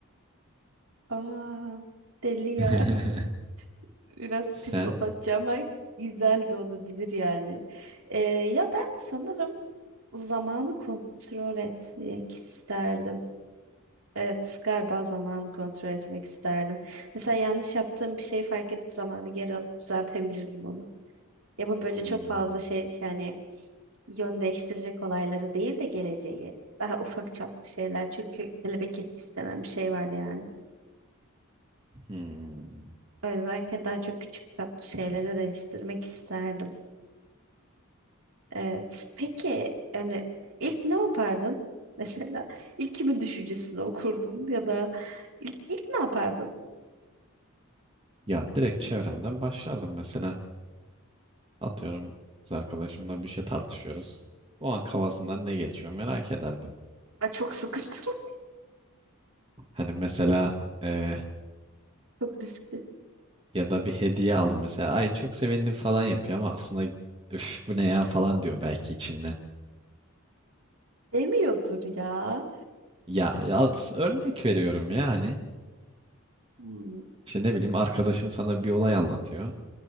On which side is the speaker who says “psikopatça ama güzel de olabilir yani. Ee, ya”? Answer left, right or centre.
Right